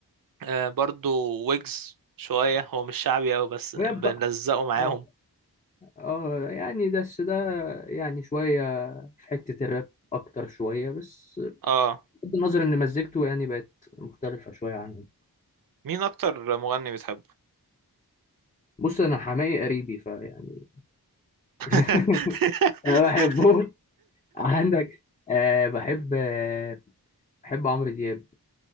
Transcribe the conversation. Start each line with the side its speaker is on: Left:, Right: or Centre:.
Right: آه، برضو ويجز شوية هو مش شعبي أوي بس بنلزقه
Left: راب بقى
Right: معاهم
Left: اه اه يعني بس ده يعني شوية في حتة الراب أكتر شوية بس
Right: اه
Left: بغض النظر إن مزجته يعني بقت مختلفة شوية عنه
Right: مين أكتر مغني بتحبه؟
Left: بص أنا حماقي قريبي فيعني <laughs>
Right: <laughs>
Left: أنا بحبه عندك أه بحب أه بحب عمرو دياب